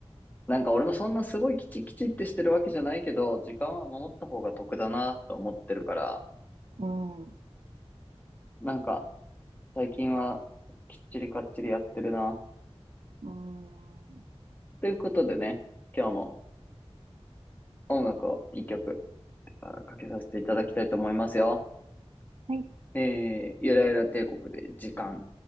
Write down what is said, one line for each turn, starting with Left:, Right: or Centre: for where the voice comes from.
Left: なんか俺もそんなすごいきちきちってしてるわけじゃないけど、時間は守った方が得だなと思ってるから、
Right: うん、
Left: なんか最近はきっちりかっちりやってるな。
Right: うん、うん、
Left: ということでね、今日も音楽を一曲あかけさせていただきたいと思いますよ。
Right: はい。
Left: えー、ゆらゆら帝国で時間。